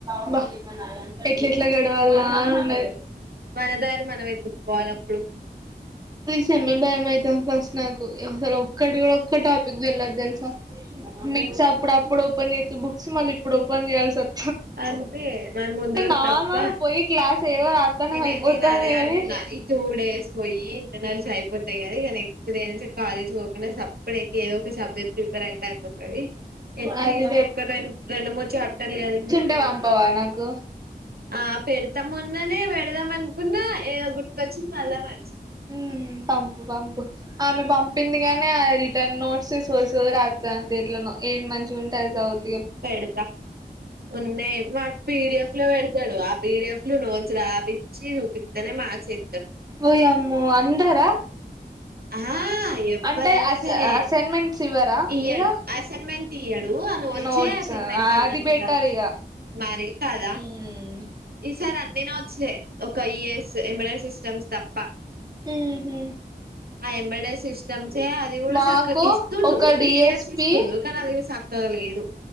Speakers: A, on the right; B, on the right.
A: బ్బా ఎట్లా ఎట్లా గడవాల అని ఉంనది
B: మనదారి మనం ఎత్తుకోలి అప్పుడు
A: సెమ్మె భయం అయ్తాంది ఫస్ట్ నాకు అసలు ఒక్కటి కూడ ఒక్క టాపిక్ తెల్వద్ తేల్స మిక్స్ అప్పుడు అప్పుడు ఓపెన్ చెతె బుక్స్ మళ్ళీ ఇప్పుడు ఓపెన్ చేయాల్సి ఒత్
B: అంతే మమ్ ముందు రోజ్
A: నార్మల్గా
B: తప్ప
A: పోయి క్లాస్ ఏదో రాత్తనం
B: నేన్
A: అయిపోతాంది
B: నేను అదే
A: కానీ
B: అంటున్న ఈ టూ డేస్ పోయి నల్స్ అయిపోతయ్ గద ఇగ నెక్స్ట్ డే నుంచి కాలేజ్ పోకుండ సప్పడేక్ ఏదో ఒక సబ్జెక్ట్ ప్రిపేర్ అయితే అయిపోతది అట్లీస్ట్
A: అది
B: ఒక రెం రెండు మూడు చాప్టర్లు చదివి న్
A: టే వంపవ నాకు
B: ఆ పెడ్తం మొన్ననే పెడదాం అనుకున్న ఎదో గుర్తుకొచ్చింది మళ్ళ మర్చి
A: ఉహు పంపు పంపు ఆమె పంప్ పిందిగానే ఆ రిటర్న్ నోట్స్ సొ సార్ అట్ల అంటే ఎట్లనో ఏది మంచిగ ఉంటె అది సద్
B: పెడతా ఉన్నయ్ మాక్ పిడిఎఫ్ లో వెడ్తడు పీడిఎఫ్ లు నోట్స్ రాపిచ్చి చూపితనే మార్క్ ఏ
A: ఓ యమ్మో అందరా
B: ఆ ఎవ్వరైన
A: అంటే అస్
B: సరే
A: అసైన్మెంట్స్ ఇవ్వరా
B: ఇయ్యడు
A: ఇగ
B: అసైన్మెంట్ ఇయ్యడు అని వచ్చే
A: నోట్స్
B: అ అసైన్మెంట్ అన్నటుగ
A: అది బెటర్ ఇగ
B: మరి కాద
A: మ్మ్
B: ఈసారి అన్ని నోట్స్లె ఒక ఇఏఎస్ ఏంబడే సిస్టమ్స్ తప్ప
A: ఉహు
B: ఐ ఎంబడె సిస్టమ్స్ ఏ అది గుడ
A: మాకు
B: సక్క ఇస్తుండు
A: ఒక
B: పిడిఎఫ్స్
A: డిఎస్పి
B: ఇస్తుండు కనీ అది సక్ కగ లేదు